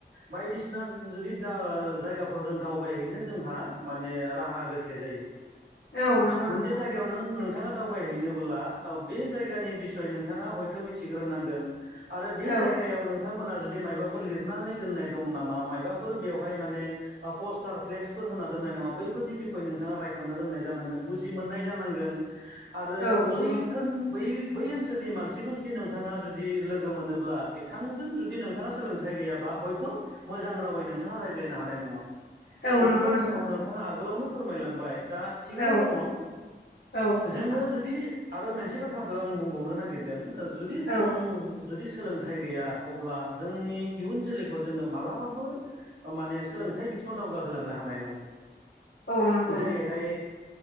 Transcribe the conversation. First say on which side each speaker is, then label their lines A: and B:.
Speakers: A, on the right (about 75°); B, on the left (about 80°).
A: बायदिसिना जुदि जायगाफोराव जों दावबायहैनो जोंहा माने राहा गोथे जायो
B: औ नंगौ
A: मोनसे
B: नोंथां
A: जायगायाव नों नों नोंथाङा दावबायहैनोबोब्ला बे जायगानि बिसय नोंथाङा हयथ' मिथिग्रोनांगोन आरो बे
B: औ
A: जायगायाव नों थांमोना जुदि मायबाफोर लिरनानै दोननाय दं नामा मायबाफोर बेवहाय माने पस्टार फ्लेक्सफोर होनना दोननाय नङा बैफोरनि बिखय नोंथाङा रायखांनो रोंनाय जानांगोन बुजि मोननाय जानांगोन आरो
B: औ नंगौ
A: बैफोर
B: नोंथां
A: बै बै ओनसोलनि मानसिखौ जुदि नोंथाङा जुदि लोगो मोनोब्ला बिथांजों जुदि नोंथाङा सोलोंथाइ गैयाबा हयथ' मोजां रावै नोंथाङा राय हानाय नङा
B: औ
A: बैफोर
B: नंगौ
A: बाथ्राखौ
B: नोंथां
A: नोंथाङा आगोलावनो फोरमायलांबाय दा थिगानो
B: औ
A: दङ
B: औ नोंथां
A: जोङो जुदि आरो मोनसे बाथ्राखौ आं बुंबावनो नागिरदों जुदि जों
B: औ
A: जुदि सोलोंथाइ गैया अब्ला जोंनि इयुन जोलैखौ जोङो मालाबाबो माने सोलोंथाइ बिथिङाव दावगाहोलांनो हानाय नङा
B: औ नंगौ
A: जेरैहाय